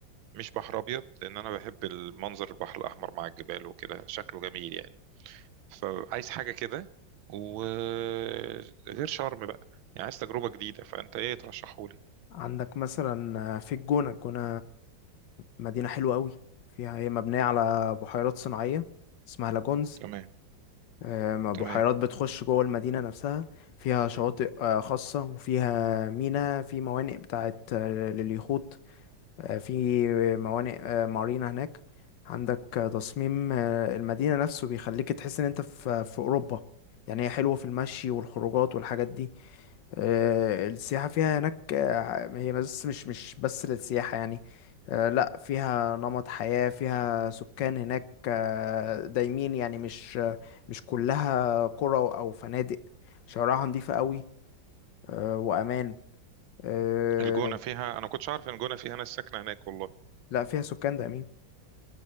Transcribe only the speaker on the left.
عندك مثلا في الجونة الجونة مدينة حلوة قوي فيها هي مبنية على بحيرات صناعية اسمها لاجونز
آم، بحيرات
بتخش جوه المدينة نفسها فيها شواطئ آه، خاصة وفيها ميناء في موانئ بتاعت آه، لليخوت آه، في موانئ آه، مارينا هناك عندك آه، تصميم آه، المدينة نفسه بيخليك تحس ان انت في في أوروبا يعني هي حلوة في المشي والخروجات والحاجات دي آه، السياحة فيها هناك آه، هي بس مش مش بس للسياحة يعني آه، لا فيها نمط حياة فيها سكان هناك آه، دايمين يعني مش آه، مش كلها قرى أو فنادق شوارعها نظيفة قوي آه، وأمان آه،
لا فيها سكان دايمين